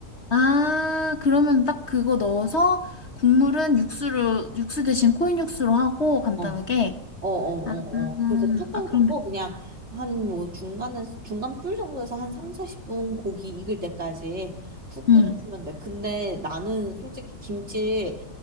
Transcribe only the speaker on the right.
어 어어어어.
그래서 뚜껑
덮고
그냥 한 뭐 중간에 중간 불 정도에서 한 3, 40분 고기 익을 때까지 푹
끓여주면 돼. 근데 나는 솔직히 김치